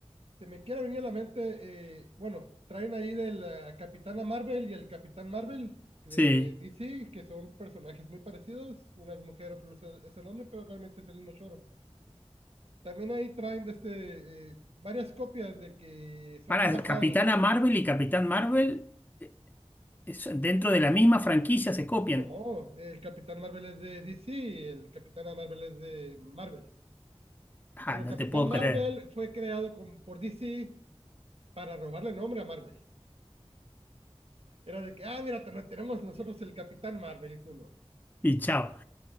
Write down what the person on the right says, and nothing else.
se me quiera venir a la mente, eh, bueno, traen ahí de la Capitana Marvel y el Capitán Marvel de,
de DC, que son personajes muy parecidos, una es mujer, otro es el, hombre, pero realmente es el mismo choro. También ahí traen de este, eh, varias copias de que
son basados.
No, el Capitán Marvel es de DC, el Capitán Marvel es de Marvel.
Pero
el Capitán
Marvel
fue creado con, por DC para robarle nombre a Marvel. Era de que, ah, mira, tenemos nosotros el Capitán Marvel y tú no.